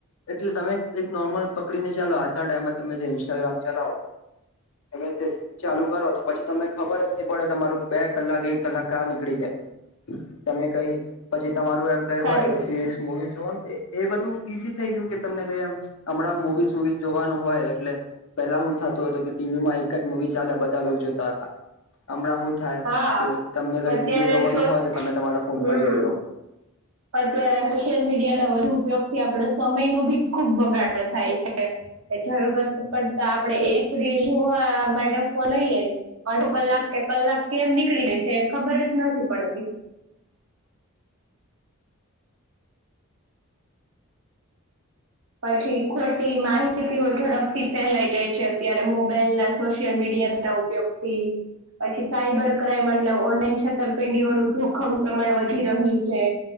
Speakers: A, on the left; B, on the right.
A: એટલે તમે એક નોર્મલ પકડીને ચાલો આજના ટાઈમમાં તમે જે ઇન્સ્ટાગ્રામ ચલાવો હવે <unintelligible> રીલ ચાલુ કરો તો પછી તમને ખબર જ નઈ પડે તમારું બે કલાક, એક કલાક કાં નીકળી તમે કઈ પછી તમારું એમ કઈ
B: સારી
A: હોય
B: વાત.
A: કે સિરીસ મુવીસ એ એ બધું ઈઝી થઈ ગયું કે તમને કઈ આમ અમણાં મુવીઝ-સુવીઝ જોવાનું હોય એટલે પેલા બઉ થાતું હતું કે ટીવીમાં એક જ મુવી ચાલે બધા લોક જોતા હતા. હમણાં થાય
B: હા
A: કે તમને કઈ
B: અત્યારે
A: બીજું જોવાનું
B: સોસ,
A: હોય તો
B: હમ.
A: તમે તમારા ફોન પર જોઈ લો
B: અત્યારે સોશિયલ મીડિયા ના વધુ ઉપયોગ થી આપડે સમયનો ભી ખુબ બગાડ થાય છે. જરૂરત કરતા આપડે એક રીલ જોવા માટે ફોન લઈએે અધો કલાક કે કલાક કેમ નીકળી રે છે એ ખબર જ નથી પડતી. પછી ખોટી માહિતીઓ ઝડપ થી ફેલાઈ જાય છે, અત્યારે મોબાઈલના સોશિયલ મીડિયાના ઉપયોગથી. પછી સાયબર ક્રાઈમ એટલે ઓનલાઈન છેતરપિંડીઓનું જોખમ પ્રમાણ વધી રહ્યું છે.